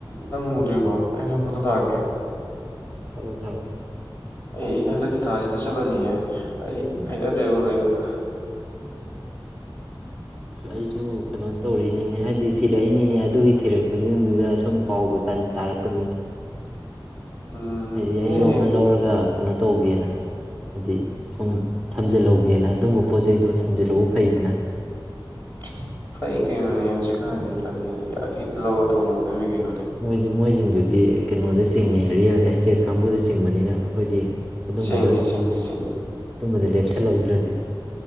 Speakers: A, on the left (about 25°); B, in the centre.
A: ꯅꯪ ꯎꯗ꯭ꯔꯤꯕꯣ ꯑꯩ ꯅ ꯌꯨꯝ ꯐꫭꯇꫭ ꯊꯥꯔꯛꯀꯦ
B: ꯊꯥꯔꯛꯑꯣ ꯊꯥꯔꯛꯑꯣ
A: ꯑꯩ ꯍꯟꯗꯛꯀꯤ ꯊꯥꯁꯤꯗ ꯆꯠꯂꯅꯤꯌꯦ ꯑꯩ ꯍꯩꯅꯗ꯭ꯔꯦꯕ ꯂꯩꯕ
B: ꯁ ꯑꯩꯖꯨ ꯀꯩꯅꯣ ꯇꯧꯔꯤꯅꯤꯅꯦ ꯍꯥꯏꯗꯤ ꯊꯤꯔꯛꯏꯅꯤꯅꯦ ꯑꯗꯨꯒꯤ ꯊꯤꯔꯛꯄꯖꯤꯡꯗꯨꯗ ꯁꯨꯝ ꯄꯥꯎꯗꯣ ꯇꯟ ꯇꯥꯔꯛꯄꯅꯤꯅꯦ
A: ꯎꯝ
B: ꯍꯥꯏꯗꯤ ꯑꯩꯁꯨ
A: ꯌꯥꯏ
B: ꯑꯃ ꯂꯧꯔꯒ ꯀꯩꯅꯣ ꯇꯧꯒꯦꯅ ꯍꯥꯏꯗꯤ ꯁꯨꯝ ꯊꯝꯖꯤꯜꯍꯧꯒꯦꯅ ꯑꯗꯨꯝꯕ ꯄꯣꯠ ꯆꯩꯗꯣ ꯊꯝꯖꯤꯜꯍꯧꯕ ꯐꯩꯗꯅ
A: <unintelligible> ꯐꯩ ꯀꯩꯅꯣꯅꯦ ꯍꯧꯖꯤꯛꯀꯥꯟꯗꯤ ꯂꯝꯖꯤ ꯌꯥꯔꯤꯒꯩ ꯍꯦꯇ ꯂꯧꯔ ꯊꯝꯍꯧꯒꯗꯝꯃꯤ ꯀꯩꯅꯣ
B: ꯃꯣꯏꯖꯤ ꯃꯣꯏꯖꯤꯡ ꯑꯗꯨꯗꯤ ꯀꯩꯅꯣꯗ ꯆꯤꯡꯏ ꯔꯤꯌꯦꯜ ꯑꯦꯁꯇꯦꯠ ꯀꯥꯡꯕꯨꯗ ꯆꯤꯡꯕꯅꯤꯅ ꯑꯈꯣꯏꯗꯤ ꯑꯗꯨꯝꯕꯖ
A: ꯆꯦꯡꯉꯦ ꯆꯦꯡꯉꯦ
B: ꯎꯝ
A: ꯆꯦꯡꯉꯦ
B: ꯇꯨꯝꯕꯗ ꯂꯦꯞꯁꯜ ꯍꯧꯗ꯭ꯔꯗꯤ